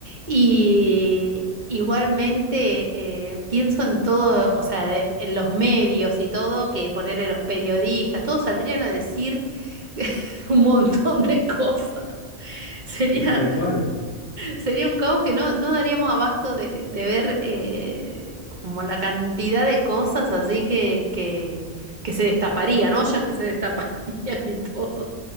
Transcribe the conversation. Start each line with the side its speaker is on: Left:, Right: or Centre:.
Right: Y igualmente eh, pienso en todo, o sea, de- en los medios y todo, que ponerle los periodistas, todos saldrían a decir <laughs> un montón de cosas. Sería
Left: Y tal cual.
Right: Sería un caos que no, no daríamos abasto de, de ver eh, como la cantidad de cosas así que, que, que se destaparía, ¿no? Ya que se destaparían y todo.